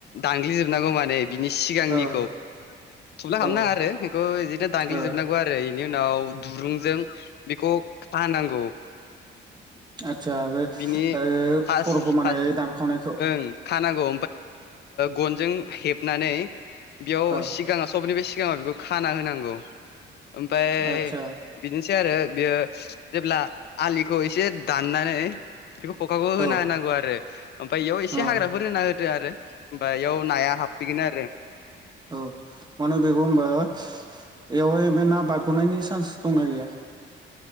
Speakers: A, on the left (about 55°); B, on the right (about 20°).
A: दांगग्लिजोबनांगौ माने बिनि सिगांनिखौ
B: औ
A: थुला खालामनो
B: औ
A: नाङा आरो बेखौ बिदिनो दांगग्लिजोबनांगौ
B: औ
A: आरो बेनि उनाव दुरुंजों बेखौ खानांगौ।
B: आदसा बे
A: बिनि
B: ओ
A: फास
B: खर'खौ माने
A: फास
B: दानखावनायखौ
A: ओ खानांगौ। गनजों हेबनानै बेयाव
B: औ
A: सिगाङाव सबनि बे सिगाङाव बेखौ खाना होनांगौ ओमफ्राय
B: आदसा
A: बिदिनोसै आरो बेयो जेब्ला आलिखौ एसे दाननानै बेखौ खखाखौ होनाांगौ
B: औ
A: आरो ओमफ्राय बेयाव एसे
B: औ
A: हाग्राफोर होना होदो आरो ओमफ्राय बेयाव नाया हाबफैगोन आरो
B: औ मान बेगोमबा बेवहाय ओफ्राय ना बारग'नायनि चान्स दंना गैया।